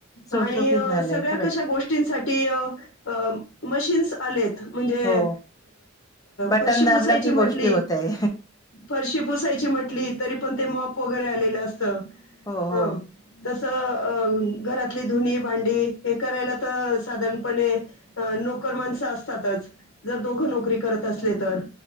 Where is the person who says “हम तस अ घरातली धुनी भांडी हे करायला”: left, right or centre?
Left